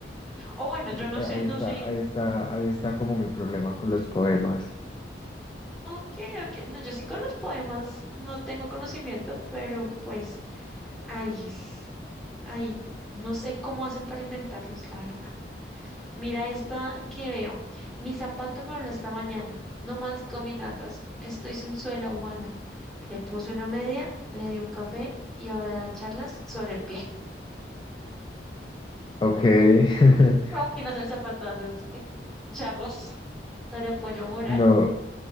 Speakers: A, in the centre; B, on the left.
A: O bueno, yo
B: eh,
A: no sé,
B: ahí
A: no
B: está,
A: soy.
B: ahí está, ahí está como mi problema con los poemas,
A: Ok, ok. No, yo sí con los poemas no tengo conocimiento, pero pues, ay, es- ay, no sé cómo hacen para inventarlos, la verdad. Mira esta que veo. Mi zapato me habló esta mañana. No más caminatas. Estoy sin suela humana. Le puse una media, le di un café y ahora da charlas sobre el pie.
B: ok. <laughs>
A: <laughs> ¿Te Imaginas el zapato dando <laughs> charlas sobre apoyo moral.
B: No,